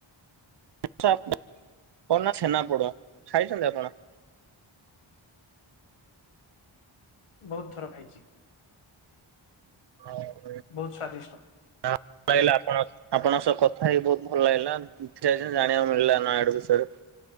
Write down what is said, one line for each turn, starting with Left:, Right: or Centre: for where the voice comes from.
Right: <unintelligible> କଣ ନା ଛେନାପୋଡ଼ ଖାଇଛନ୍ତି ଆପଣ?
Left: ବହୁତ୍ ଥର ଖାଇଚି।
Right: <unintelligible>
Left: ବହୁତ୍ ସ୍ଵାଦିଷ୍ଟ।
Right: <unintelligible> ଚାହିଁଲେ ଆପଣସ୍ ଆପଣଙ୍କ ସହ କଥା ହେଇ ବହୁତ୍ ଭଲ ଲାଗିଲା। କିଛି ଟା ବିଷୟରେ ଜାଣିବାକୁ ମିଳିଲା ନୟାଗଡ ବିଷୟରେ।